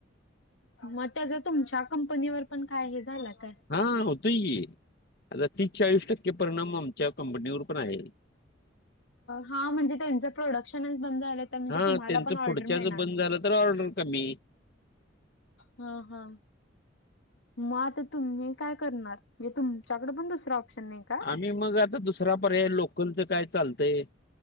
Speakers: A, on the left; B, on the left.
A: मग त्याच तुमच्या कंपनीवर पण काय हे झालं काय?
B: हा होतोय की आता तीस-चाळीस टक्के परिणाम आमच्या कंपनीवर पण आहे.
A: हा म्हणजे त्यांच प्रोडक्शनच बंद झालं तर म्हणजे
B: हा
A: तुम्हाला
B: त्यांचं
A: पण ऑर्डर
B: पुढच्याच
A: मिळणार नाही.
B: <unintelligible> ऑर्डर कमी.
A: हा हा. मग आता तुम्ही काय करणार? म्हणजे तुमच्याकडे पण दुसरा ऑप्शन नाही का.
B: आम्ही मग आता दुसरा पर्याय लोकलचं काय चालतंय.